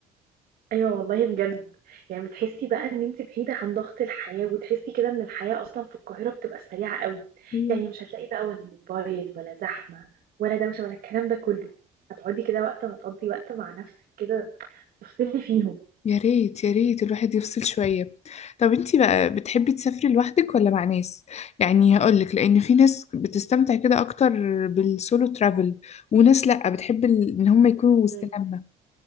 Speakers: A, on the right; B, on the left.
A: ايوه والله بجد يعني بتحسي بقى ان انت بعيده عن ضغط الحياه وتحسي كده ان الحياه اصلا في القاهره بتبقى سريعه قوي
B: أيوة.
A: يعني مش هتلاقي بقى ولا موبايل ولا زحمه ولا دوشه ولا الكلام ده كله هتقعدي كده وقت ما تقضي وقت مع نفسك كده تفصلي فيهم
B: يا ريت يا ريت الواحد يفصل شوية طب انتي بقى بتحبي تسافري لوحدك ولا مع ناس؟ يعني هقولك لأن في ناس بتستمتع كده أكتر بالسولو ترافل وناس لأ بتحب ال- إن هم يكونوا وسط
A: مم.
B: لمة